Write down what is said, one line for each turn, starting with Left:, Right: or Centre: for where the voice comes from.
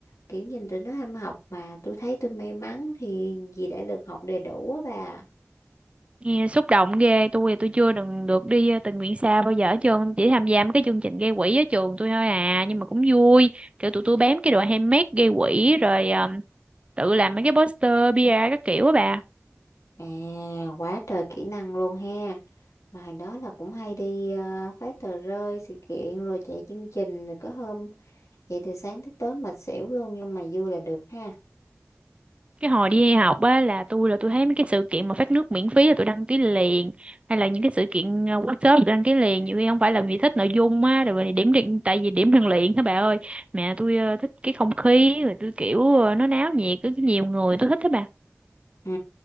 Left: kiểu nhìn tụi nó ham học mà tôi thấy tôi may mắn thì vì đã được học đầy đủ á bà.
Right: Nghe xúc động ghê, tôi tôi chưa đừng được đi ờ, tình nguyện xa bao giờ hết trơn, chỉ tham gia mấy cái chương trình gây quỹ ở trường tôi thôi à, nhưng mà cũng vui. Kiểu tụi tôi bám cái đội handmade gây quỹ rồi ờ, tự làm mấy cái poster, bia các kiểu á bà.
Left: À, quá trời kỹ năng luôn ha. mà hồi đó là cũng hay đi ờ, phát tờ rơi sự kiện rồi chạy chương trình rồi có hôm vậy từ sáng tới tối mệt xỉu luôn nhưng mà vui là được ha
Right: Cái hồi đi học á là tôi là tôi thấy mấy cái sự kiện mà phát nước miễn phí là tôi đăng ký liền hay là những cái sự kiện ờ, workshop tôi đăng ký liền nhiều khi không phải là vì thích nội dung á rồi điểm điện tại vì điểm rèn luyện đó bà ơi mẹ tôi ờ, thích cái không khí rồi tôi kiểu ờ, nó náo nhiệt có nhiều người tôi thích đó bà
Left: ừ